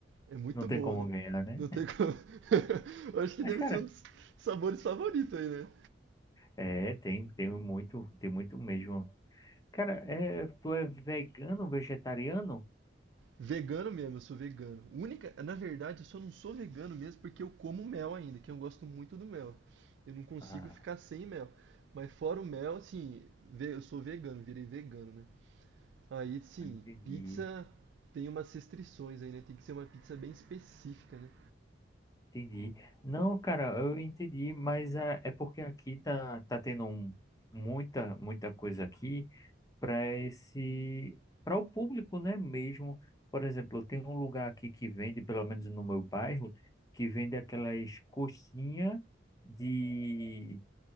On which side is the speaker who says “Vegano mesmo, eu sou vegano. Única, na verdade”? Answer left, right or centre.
Right